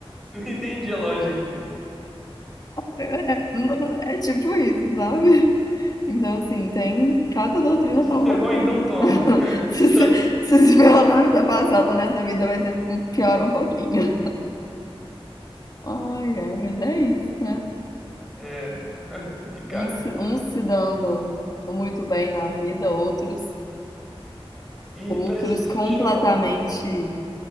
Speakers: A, in the centre; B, on the left (about 40°).
A: Não entendi a lógica.
B: É, não- é tipo isso, sabe? Então, assim, tem. Cada doutrina
A: Você
B: fala
A: ferrou,
B: uma coisa.
A: então toma.
B: <laughs>
A: <laughs>
B: Se
A: Sabe?
B: se, se se pela na vida passada, nessa vida vai ser pior um pouquinho. Ai, ai, mas é isso, né?
A: É. <laughs> Complicado.
B: Uns, se- uns se dando muito bem na vida, outros,
A: E
B: outros
A: peraí, só só
B: completamente.
A: deixa eu.